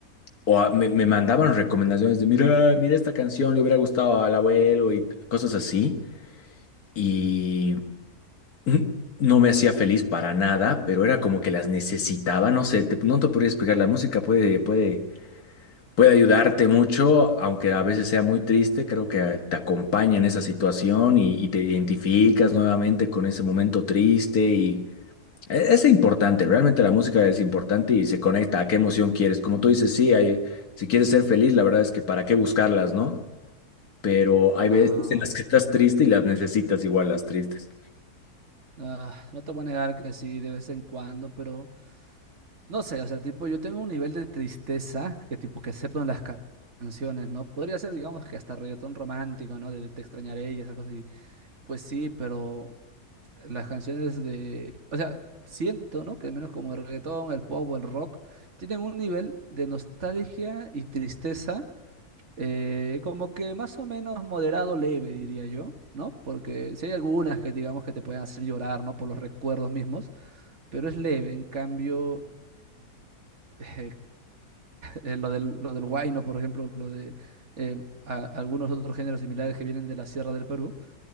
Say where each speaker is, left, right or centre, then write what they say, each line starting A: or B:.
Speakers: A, on the left; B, on the right.
A: o a- me, me mandaban recomendaciones de, mira, mira esta canción, le hubiera gustado al abuelo y t- cosas así. Y <laughs> mm, no me hacía feliz para nada, pero era como que las necesitaba. No sé, te- no te podría explicar. La música puede, puede, puede ayudarte mucho, aunque a veces sea muy triste. Creo que te acompaña en esa situación y, y te identificas nuevamente con ese momento triste y e- Es importante, realmente la música es importante y se conecta a qué emoción quieres. Como tú dices, sí, hay, si quieres ser feliz, la verdad es que para qué buscarlas, ¿no? Pero hay
B: Ah,
A: veces en las que estás triste y las necesitas igual las tristes.
B: Ah, no te voy a negar que sí, de vez en cuando, pero no sé, o sea, tipo, yo tengo un nivel de tristeza que tipo que acepto en las ca- canciones, ¿no? Podría ser, digamos, que hasta reggaetón romántico, ¿no? De te extrañaré y esas cosas. Y, pues sí, pero las canciones de, o sea, siento, ¿no? Que al menos como el reggaetón, el pop o el rock, tienen un nivel de nostalgia y tristeza eh, como que más o menos moderado leve, diría yo, ¿no? Porque si hay algunas que digamos que te pueden hacer llorar, ¿no? Por los recuerdos mismos, pero es leve. En cambio, <laughs> eh, lo del, lo del huayno, por ejemplo, lo de eh, a- algunos otros géneros similares que vienen de la Sierra del Perú,